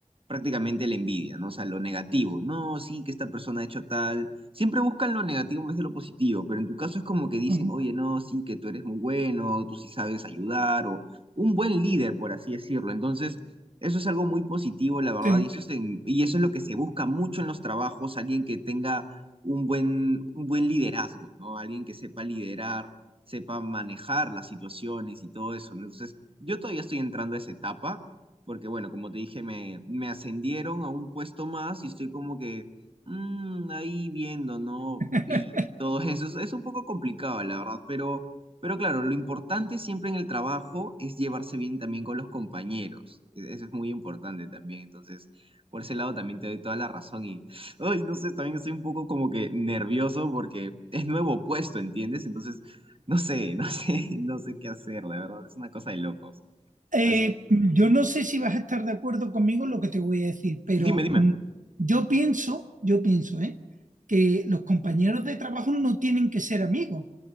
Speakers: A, on the right; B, on the right.
A: prácticamente la envidia, ¿no? O sea, lo negativo. No, sí, que esta persona ha hecho tal siempre buscan lo negativo en vez de lo positivo, pero en tu caso es como que dicen,
B: Ajá,
A: oye, no, sí, que tú eres muy bueno, tú sí sabes ayudar, o un buen líder, por así decirlo. Entonces, eso es algo muy positivo, la verdad,
B: sí.
A: y eso es, en- y eso es lo que se busca mucho en los trabajos, alguien que tenga un buen, un buen liderazgo, ¿no? Alguien que sepa liderar, sepa manejar las situaciones y todo eso, ¿no? Entonces, yo todavía estoy entrando a esa etapa, porque bueno, como te dije, me, me ascendieron a un puesto más y estoy como que mm, ahí viendo, ¿no?
B: <laughs>
A: Y, y todo eso. Es, es un poco complicado, la verdad, pero, pero claro, lo importante siempre en el trabajo es llevarse bien también con los compañeros. E- Eso es muy importante también. Entonces, por ese lado también te doy toda la razón y, ay, no sé, también estoy un poco como que nervioso porque es nuevo puesto, ¿entiendes? Entonces, no sé, no sé, <laughs> no sé qué hacer, de verdad, es una cosa de locos.
B: Eh,
A: Así,
B: yo no sé si vas a estar de acuerdo conmigo en lo que te voy a decir, pero
A: dime, dime.
B: mm, yo pienso, yo pienso, ¿eh? que los compañeros de trabajo no tienen que ser amigos.